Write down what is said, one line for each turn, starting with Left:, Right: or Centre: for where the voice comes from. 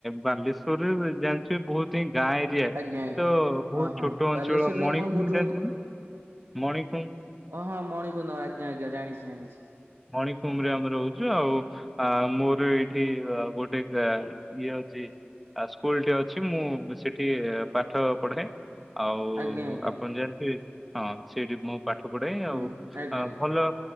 Centre: ବାଲେଶ୍ୱରରେ ଜାଣିଛେ ବହୁତ ହିଁ ଗାଁ
Right: ଆଜ୍ଞା ଆଜ୍ଞା
Centre: ତ ବହୁତ
Right: ହଁ ହଁ
Centre: ଛୋଟ
Right: ବାଲେଶ୍ୱରରୁ
Centre: ଅଞ୍ଚଳ ମଣିଖୁଙ୍ଗ
Right: ଆପଣ କୋଉଠି
Centre: ଜାଣିଛ ମଣିଖୁଙ୍ଗ।
Right: ଓଁ ହଁ ମଣିିକୁନ୍ଦ ଆଜ୍ଞା ଆଜ୍ଞାଣିଛି ଜାଣିଛି।
Centre: ମଣିଫୁଙ୍ଗ ରେ ଆମେ ରହୁଛୁ ଆଉ ଆ ମୋର ଏଇଠି ଗୋଟେ ଗା ଇଏ ଅଉଛି। ଆଉ ସ୍କୁଲ ଟେ ଅଛି ମୁଁ ସେଠି ପାଠ ପଢାଏ। ଆଉ
Right: ଆଜ୍ଞା ଆଜ୍ଞା
Centre: ଆପଣ ଜାଣିଥିବେ ହଁ ସେଠି ମୁଁ ପାଠ ପଢାଏ
Right: ହୁଁ
Centre: ଆଉ
Right: ଆଜ୍ଞା ଆଜ୍ଞା।
Centre: ଭଲ